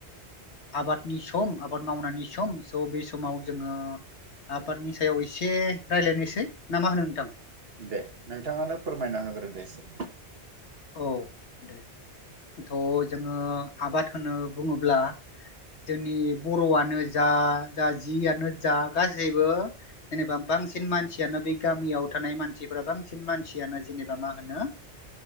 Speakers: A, on the left (about 70°); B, on the right (about 60°).
A: आबादनि सम आबाद मावनायनि सम स बे समाव जोङो आबादनि सायाव एसे रायज्लायनोसै ना मा होनो नोंथां
B: दे नोंथाङानो फोरमायना होग्रो दे एसे
A: औ दाथ जोङो आबाद होनो बुङोब्ला जोंनि बर'आनो जा जा जियानो जा गासैबो जेनेबा बांसिन मानसियानो बे गामियाव थानाय मानसिफोरा बांसिन मानसियानो जेनेबा मा होनो